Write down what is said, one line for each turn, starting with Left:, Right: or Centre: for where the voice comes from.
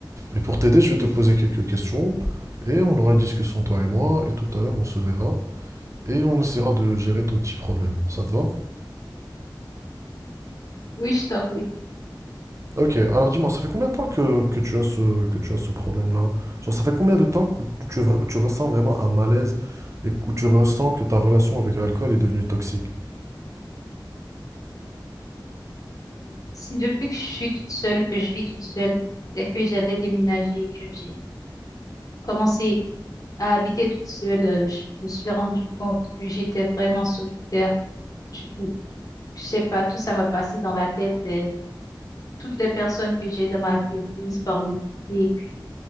Right: Et pour t'aider, je vais te poser quelques questions et on aura une discussion, toi et moi. Et tout à l'heure, on se verra et on essaiera de gérer ton petit problème. Ça te va?
Left: Oui, je t'en prie.
Right: Ok, alors dis-moi, ça fait combien de temps que, que tu as ce, que tu as ce problème-là? Genre, ça fait combien de temps que tu, tu ressens vraiment un malaise et que tu ressens que ta relation avec l'alcool est devenue toxique?
Left: C'est depuis que je suis toute seule, que je vis toute seule, dès que j'avais déménagé que j'ai commencé à habiter toute seule, euh, je me suis rendu compte que j'étais vraiment solitaire. Du coup, je sais pas, tout ça m'a passé dans la tête. et toutes les personnes que j'ai dans ma vie, elles finissent par me quitter. Et puis,